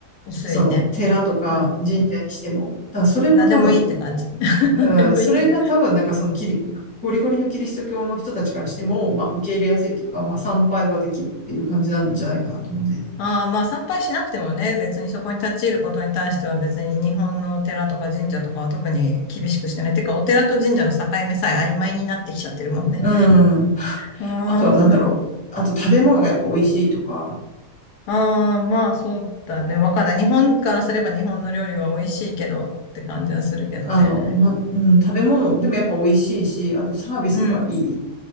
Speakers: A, on the left (about 80°); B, in the centre.
A: 薄いね。
B: その寺とか神社にしても。
A: はい。
B: だからそれも多分、
A: 何でもいいって感じ。<laughs> 何でもいいって。
B: うん、それが多分なんかそのキリ、ゴリゴリのキリスト教の人たちからしても、まあ受け入れやすいっていうか、まあ参拝はできるっていう感じなんじゃないかなと思うんだよね。
A: ああ、まあ参拝しなくてもね、別にそこに立ち入ることに対しては別に日本のお寺とか神社とかは特に厳しくしてない。てか、お寺と神社の境目さえ曖昧になってきちゃってるもんね。
B: うん。
A: <laughs> あ
B: あとは何だろう。あと食べ物がやっぱ美味しいとか、
A: あ、ああ、まあそうだね。わかんない。日本からすれば日本の料理は美味しいけどって感じはするけどね。
B: あの、ま、うん、食べ物でもやっぱ美味しいし、あとサービスがいい。
A: うん。